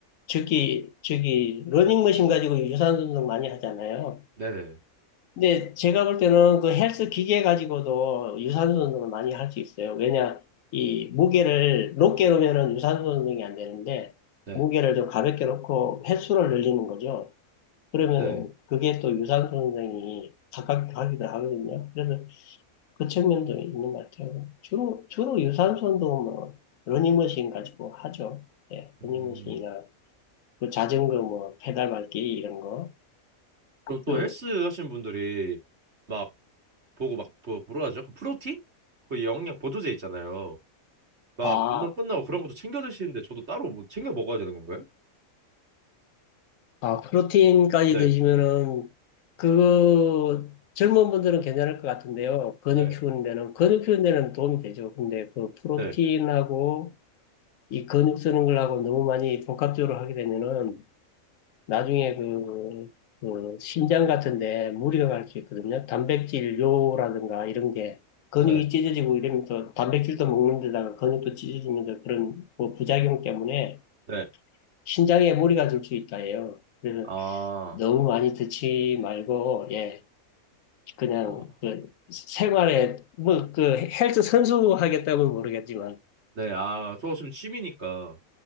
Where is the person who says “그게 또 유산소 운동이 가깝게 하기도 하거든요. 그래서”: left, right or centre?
Left